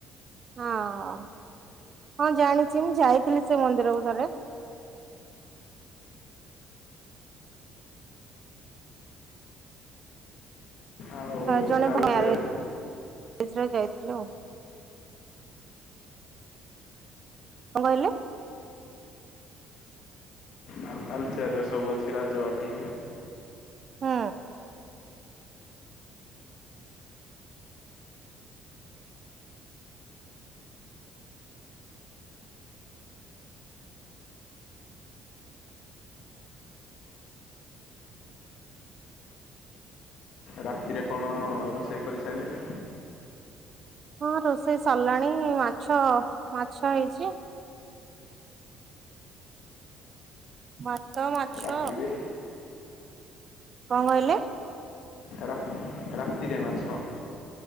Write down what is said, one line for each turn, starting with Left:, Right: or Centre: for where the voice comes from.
Right: ହଁ ଅ, ଜାଣିଛି ମୁଁ ଯାଇଥିଲି ସେ ମନ୍ଦିରକୁୁ ଥରେ।
Left: ଆଉ
Right: ଜଣେ
Left: ତାଲଚେର
Right: ମାରେଜ ଯାଇଥିଲୁ ଆଉ। କଣ କହିଲେ?
Left: ଆଉ ତାଲଚେର ରେ ସବୁ ଅଛି ରାଜବାଟୀ।
Right: ହୁଁ।
Left: ରାତିରେ କଣ ରୋଷେଇ କରିସାରିଲେଣିି?
Right: ହଁ ରୋଷେଇ ସରିଲାଣି, ମାଛ, ମାଛ ହେଇଛି। ଭାତ, ମାଛ
Left: ରାତିରେ
Right: କଣ କହିଲେ?
Left: ରା ରାତିରେ ମାଛ